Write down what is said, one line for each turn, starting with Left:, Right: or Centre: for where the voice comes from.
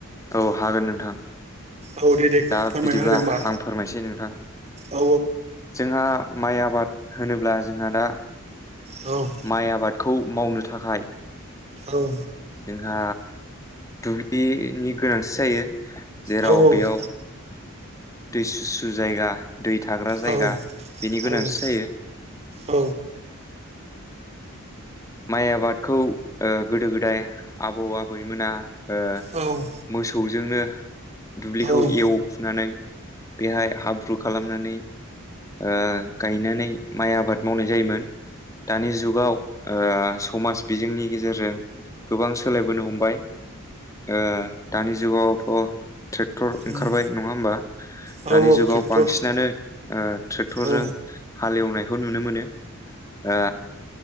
Left: औ हागोन नोंथां
Right: औ दे दे
Left: दा
Right: फोरमायना
Left: बिदिब्ला
Right: होदो होमबा
Left: आं फोरमायसै नोंथां।
Right: औ
Left: जोंहा माइया आबाद होनोब्ला जोंहा दा
Right: औ
Left: माइ आबादखौ मावनो थाखाय
Right: औ।
Left: जोंहा दुब्लिनि गोनांथि जायो। जेराव
Right: औ
Left: बेयाव दै सुसु जायगा दै थाग्रा जायगा
Right: औ
Left: बेनि
Right: औ
Left: गोनांथि जायो।
Right: औ
Left: माइ आबादखौ ओ गोदो -गोदाय आबौ आबैमोना ओ
Right: औ औ
Left: मोसौजोंनो दुब्लिखौ
Right: औ
Left: एवखुनानै बेहाय हाब्रु खालामनानै ओ गायनानै माइ आबाद मावनाय जायोमोन दानि जुगाव ओ समाज बिजोंनि गेजेरजों गोबां सोलायबोनो हमबाय ओ दानि ज जुउगावथ' ट्रेक्टर ओंखारबाय
Right: उम
Left: नङा होमबा?
Right: औ
Left: दानि जुगाव
Right: ट्रेक्टर
Left: बांसिनानो ट्रेक्टरजों
Right: औ
Left: ओ हालेवनाय बेखौ नुनो मोनो ओ